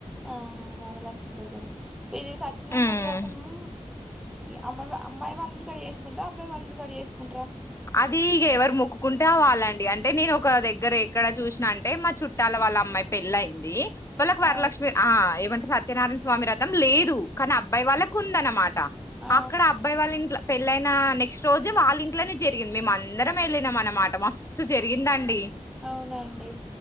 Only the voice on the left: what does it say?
మ్మ్
అది ఇ ఎవరు మక్కుంటే వాళ్ళండి అంటే నేను ఒక దగ్గర ఎక్కడ చూసినా అంటే మా చుట్టాల వాళ్ళ అమ్మాయి పెళ్ళ అయింది వాళ్ళకి వరలక్ష్మి
ఆ ఏమంటే సత్యనారాయణ స్వామి వ్రథం లేదు కానీ అబ్బాయి వాళ్ళకు ఉందన్నమాట
అక్కడ అబ్బాయి వాళ్ళ ఇంట్ల పెళ్ళయిన నెక్స్ట్ రోజే వాళ్ళ ఇంట్నే జరిగింది మేముమందరం వెళ్ళినాం అనమాట మస్తు జరిగిందండి